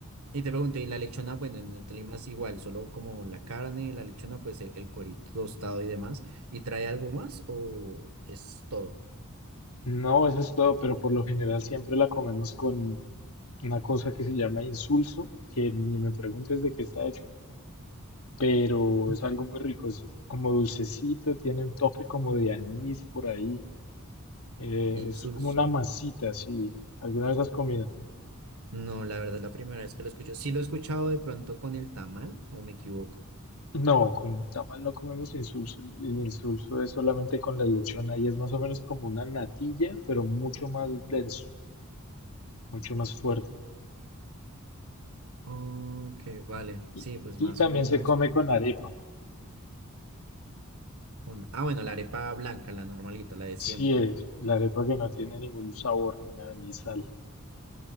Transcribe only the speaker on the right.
Y te pregunto, ¿y la lechona? Bueno, en, en Tolima es igual, solo como la carne, la lechona, pues el, el cuerito tostado y demás. ¿Y trae algo más o es todo?
Ok.
Insulso.
No, la verdad, la primera vez que lo escucho. Sí lo he escuchado de pronto con el tamal, ¿o me equivoco?
Ok, vale.
Sí, pues
más
o menos
como
con... Ah, bueno, la arepa blanca, la normalita, la de
siempre.